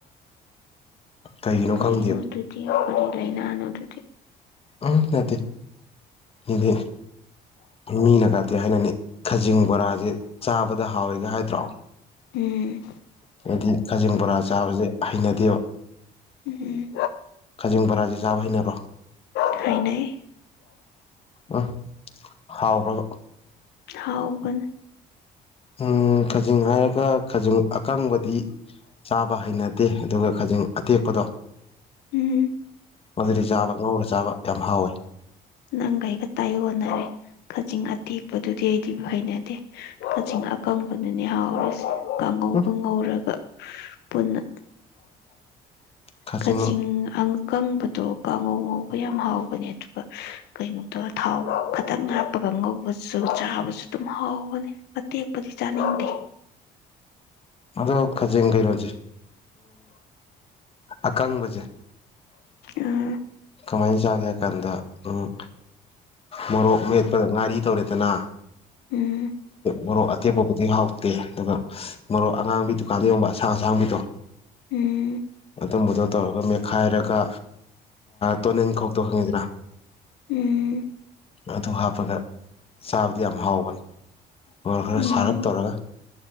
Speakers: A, on the left (about 35°); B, on the left (about 80°).
A: ꯀꯩꯒꯤꯅꯣ
B: ꯀꯔꯤ
A: ꯈꯪꯗꯦꯕ
B: ꯅ ꯑꯗꯨꯨꯗꯤ ꯀꯔꯤ ꯂꯅ ꯑꯅꯗꯨꯨ ꯊꯤ
A: ꯎꯠꯇꯦ ꯏꯗꯤ ꯃꯅ ꯀꯥ ꯤ ꯍꯥꯏꯅꯅꯤ ꯈꯖꯤꯡ ꯕꯣꯔꯥꯁꯦ ꯆꯥꯕꯗ ꯍꯥꯎꯋꯦꯒ ꯍꯥꯏꯗ꯭ꯔꯣ
B: ꯎꯝ
A: ꯍꯥꯏꯗꯤ ꯀꯖꯤꯡ ꯕꯣꯔꯥ ꯆꯥꯕꯁꯦ ꯍꯩꯅꯗꯦꯕ
B: ꯎꯝ
A: ꯀꯥꯖꯤꯡ ꯕꯔꯥꯁꯦ ꯆꯥꯕ ꯍꯩꯅꯔꯣ
B: ꯍꯥꯏꯥꯏꯅ
A: ꯎ ꯍꯥꯎ꯭ꯔꯣꯅ
B: ꯍꯥꯎꯕ
A: ꯎ ꯈꯖꯤꯡ ꯍꯥꯏꯔꯒ ꯈꯖꯤꯡ ꯑꯀꯪꯕꯗꯤ ꯆꯥꯕ ꯍꯩꯅꯗꯦ ꯑꯗꯨꯒ ꯈꯖꯤꯡ ꯑꯇꯦꯛꯄꯗꯣ
B: ꯎꯝ
A: ꯃꯗꯨꯗꯤ ꯆꯥꯕ ꯉꯧꯔ ꯆꯥꯕ ꯌꯥꯝ ꯍꯥꯎꯋꯤ
B: ꯅꯪ ꯑꯩꯒ ꯇꯥꯏ ꯍꯅꯔꯦ ꯀꯛꯆꯤꯡ ꯑꯇꯦꯛꯄꯗꯨꯗꯤ ꯑꯩꯗꯤ ꯍꯩꯅꯗꯦ ꯀꯛꯆꯤꯡ ꯑꯀꯪꯕꯗꯨꯅꯦ ꯍꯥꯎꯔꯤꯁꯦ ꯀꯥꯡꯉꯧ
A: ꯎꯝ
B: ꯀꯥꯡꯉꯧꯔꯒ ꯄꯨꯟꯅ
A: ꯈꯥꯖꯤꯡ
B: ꯀꯆꯤꯡ ꯀꯪꯕꯗꯣ ꯀꯥꯡꯉꯧ ꯉꯧꯕ ꯌꯥꯝ ꯍꯥꯎꯕꯅꯦ ꯑꯗꯨꯒ ꯀꯩꯅꯣꯗꯒ ꯊꯥꯎ ꯈꯇꯪ ꯉꯞꯄꯒ ꯉꯧꯕꯁꯨ ꯆꯥꯕꯁꯨ ꯑꯗꯨꯝ ꯍꯥꯎꯕꯅꯤ ꯑꯇꯦꯛꯄꯗꯤ ꯆꯥꯅꯤꯡꯗꯦ
A: ꯑꯗꯣ ꯈꯖꯦꯡ ꯀꯩꯅꯣꯁꯦ ꯑꯀꯪꯕꯁꯦ
B: ꯎꯝ
A: ꯀꯃꯥꯏꯅ ꯆꯥꯒꯦ ꯍꯥꯏ ꯀꯥꯟꯗ ꯎꯝ ꯃꯣꯔꯣꯛ ꯃꯦꯠꯄꯗ ꯉꯥꯔꯤ ꯇꯧꯔꯦꯗꯅ
B: ꯎꯝ
A: ꯃꯅꯣ ꯑꯇꯩ ꯄꯗꯤ ꯍꯥꯥꯎ ꯇꯦ ꯑꯗꯨꯒ ꯃꯔꯣꯛ ꯑꯉꯥꯡꯕꯤ ꯗꯨꯀꯥꯟꯗ ꯌꯣꯟꯕ ꯑꯁꯥꯡ ꯑꯁꯥꯡꯕꯤꯗꯣ
B: ꯎꯝ
A: ꯑꯗꯨꯝꯕꯗꯣ ꯇꯧꯔꯒ ꯃꯦꯠꯈꯥꯏꯔꯒ ꯇꯣꯅꯤꯜ ꯈꯧꯇꯣ ꯈꯪꯉꯤꯗ꯭ꯔꯥ
B: ꯎꯝ
A: ꯑꯗꯨ ꯍꯥꯞꯄꯒ ꯆꯥꯕꯗꯤ ꯌꯥꯝ ꯍꯥꯎꯕꯅꯤ ꯃꯣꯔ ꯈꯔ
B: ꯎꯝ
A: ꯁꯥꯔꯞ ꯇꯧꯔꯒ